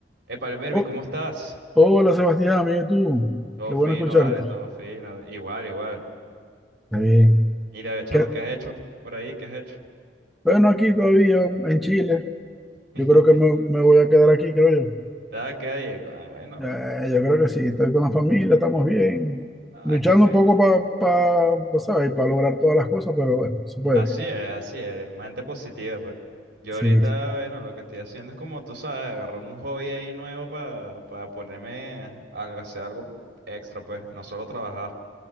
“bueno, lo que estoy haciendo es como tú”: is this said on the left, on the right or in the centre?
Right